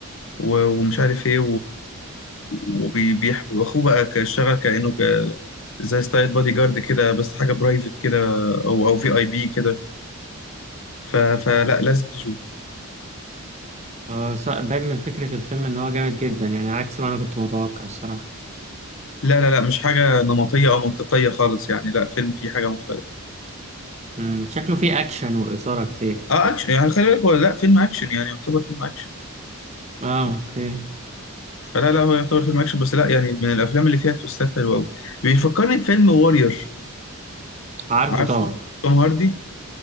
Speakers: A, on the left (about 60°); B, on the right (about 30°).
A: و- ومش عارف ايه وبيحب واخوه بقى ك- اشتغل كانه ك- زي ستايل بادي جارد كده بس حاجه برايفت كده او او في اي بي كده ف- فلا لازم تشوف
B: آه، ص- باين من فكره الفيلم ان هو جامد جدا يعني عكس ما انا كنت متوقع الصراحه
A: لا لا لا مش حاجه نمطيه او منطقيه خالص يعني لا فيلم فيه حاجه مختلفه
B: امم شكله فيه اكشن واثاره كتير
A: اه اكشن يعني خلي بالك هو لا فيلم اكشن يعني يعتبر فيلم اكشن
B: اه اوكي
A: فلا لا هو يعتبر فيلم اكشن بس لا يعني من الافلام اللي فيها تويستات حلوه قوي بيفكرني بفيلم وورير
B: عارفه
A: عارفه
B: طبعا
A: توم هاردي